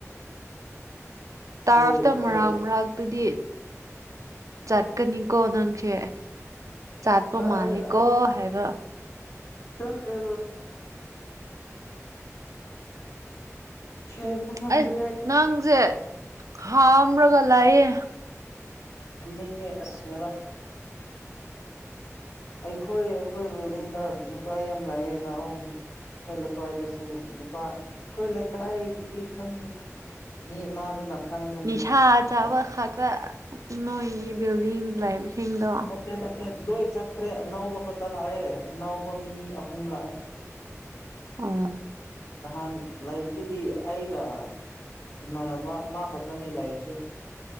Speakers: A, on the right; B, on the left.
A: ꯇꯥꯔꯞꯇ
B: ꯍꯣꯏ ꯑꯩꯈꯣꯏ
A: ꯃꯔꯛ ꯃꯔꯛꯇꯗꯤ ꯆꯠꯀꯅꯤꯀꯣ ꯅꯪꯁꯦ ꯆꯠꯄ
B: ꯑ
A: ꯃꯥꯜꯂꯤꯀꯣ
B: ꯑꯩ ꯑ
A: ꯍꯥꯏꯕ
B: ꯆꯠꯂꯦ ꯆꯦꯟꯕ ꯉꯝꯗ꯭ꯔꯦ
A: ꯑꯩ ꯅꯪꯁꯦ ꯍꯥꯝꯔꯒ ꯂꯩꯌꯦ
B: ꯇꯨꯝꯅꯤꯡꯉꯦ ꯑꯁ ꯉꯥꯔꯥꯡ ꯑꯩꯈꯣꯏ ꯑꯩꯈꯣꯏ ꯕꯤꯜꯗꯤꯡꯗ ꯅꯨꯄꯥ ꯌꯥꯝ ꯂꯥꯛꯑꯦ ꯂꯥꯛꯑꯣ ꯑꯩꯈꯣꯏ ꯂꯩꯀꯥꯏꯗꯁꯨ ꯂꯨꯄꯥ ꯑꯩꯈꯣꯏ ꯂꯩꯀꯥꯏꯒꯤꯗꯤ ꯈꯪꯗꯦ ꯃꯤ ꯃꯥꯗꯨꯅ ꯈꯪꯒꯅꯤ
A: ꯅꯤꯁꯥ ꯆꯥꯕ
B: ꯅꯨꯄꯥ
A: ꯈꯛꯇꯥ ꯅꯣꯏꯒꯤ ꯕꯤꯜꯗꯤꯡ ꯂꯩꯕꯁꯤꯡꯗꯣ
B: ꯅꯠꯇꯦ ꯅꯠꯇꯦ ꯅꯠꯇꯦ ꯂꯣꯏ ꯆꯠꯈ꯭ꯔꯦ ꯑꯅꯧꯕ ꯈꯛꯇ ꯂꯥꯛꯑꯦ ꯑꯅꯧꯕ ꯃꯤ ꯑꯍꯨꯝ ꯂꯥꯛꯑꯦ
A: ꯑꯥ
B: ꯅꯍꯥꯟ ꯂꯩꯕꯗꯨꯗꯤ ꯑꯩꯒ ꯏꯃꯥꯟꯅꯕ ꯃꯥ ꯈꯛꯇꯅꯤ ꯂꯩꯔꯤꯁꯦ